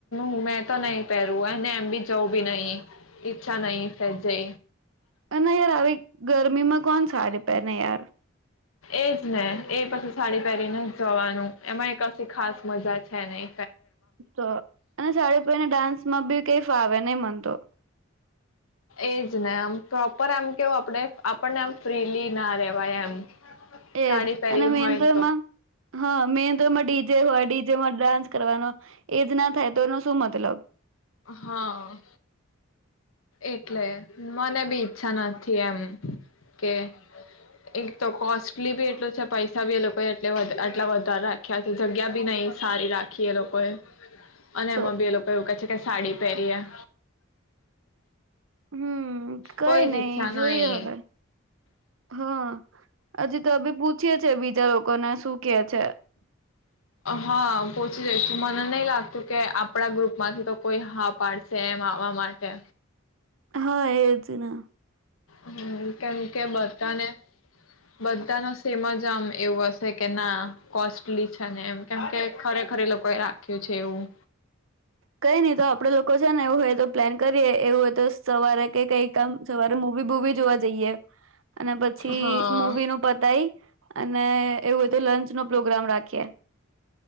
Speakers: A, on the left; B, on the right.
A: હ મે. તો નહીં પહેરવું ને એમ બી. જવ બી નહી ઈચ્છા નહી સહેજે.
B: અને યાર આવી ગરમીમાં કોણ સારી પેને યાર.
A: એજ ને એ પછી સાડી પહેરીને જ જવાનું એમાં એ કઇ ખાસ મજા છે નઈ.
B: તો અને સાડી પહેરી ડાન્સમાં બી કઈ ફાવ. હવે નઈ માનતો.
A: એજ ને આમ પ્રોપર એમ કેવું આપણે આપણને એમ ફ્રીલી ના રેવાય એમ.
B: એજ
A: સાડી પહેરી
B: અને મેઇન
A: હોય
B: તો
A: ને
B: એમાં હા મેઇન તો એમાં ડીજે હોય ડીજેમાં ડાન્સ કરવાનો એજ ના થાય તો એનો શું મતલબ
A: હા એટલે મને બી ઈચ્છા નથી એમ કે એક તો કોસ્ટલી બી એટલું છે. પૈસા બી એ લોકોએ આટલા વધારે રાખ્યા છે જગ્યા બી નહી સારી રાખી એ લોકોએ અને
B: તો
A: એમાં બે લોકો એવું છે કે સાડી પહેરીએ.
B: હમ કઈ
A: કોઈ જ
B: નઈ
A: ઈચ્છા
B: જોઈએ
A: નહી
B: હવે હા હજી તો અી પૂછીય છે બીજા લોકોને શું કે છે.
A: હા પૂછી મને નહી લાગતું કે આપણા ગ્રુપમાંથી તો કોઈ હા પાડશે એમ આવવા માટે.
B: હા એ જ ના
A: હમ કેમ કે બધાને બધા નો સેમ જ આમ એવું હશે કે ના કોસ્ટલી છે ને એમ કેમ કે ખરેખરે લોકો એ રાખ્યું છે એવું.
B: કઈ નહી તો આપડે લોકો છે ને એવું હોય તો પ્લાન કરીએ એવું હોય તો સવારે કે કઈ કામ સવારે મૂવી બૂવી જોવા જઈએ અને પછી
A: હા
B: મૂવી નું પતાય અને એવું હોય તો લંચ નો પ્રોગ્રામ રાખીએ.